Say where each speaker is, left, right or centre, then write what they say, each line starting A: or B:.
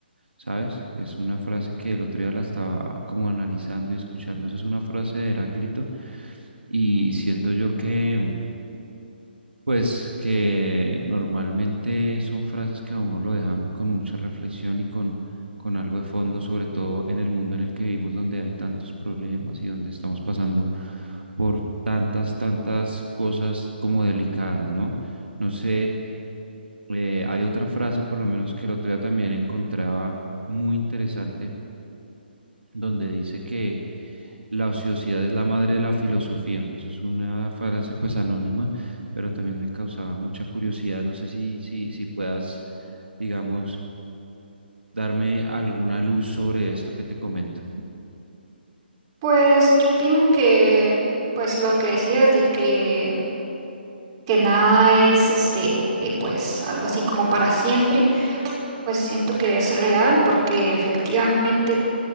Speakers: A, on the right; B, on the right.
A: ¿Sabes? Es una frase que el otro día la estaba como analizando y escuchando. Esa es una frase de Heráclito y siento yo que, Pues que normalmente son frases que a uno lo dejan con mucha reflexión y con, con algo de fondo, sobre todo en el mundo en el que vivimos, donde hay tantos problemas y donde estamos pasando por tantas, tantas cosas como delicadas, ¿no? No sé, eh, hay otra frase, por lo menos que el otro día también encontraba muy interesante donde dice que la ociosidad es la madre de la filosofía. Eso es una frase pues anónima, pero también me causaba mucha curiosidad. No sé si, si, si puedas, digamos, darme alguna luz sobre esto que te comento.
B: Pues yo opino que pues lo que decías de que que nada es este, eh, pues algo así como para siempre, pues siento que es real porque efectivamente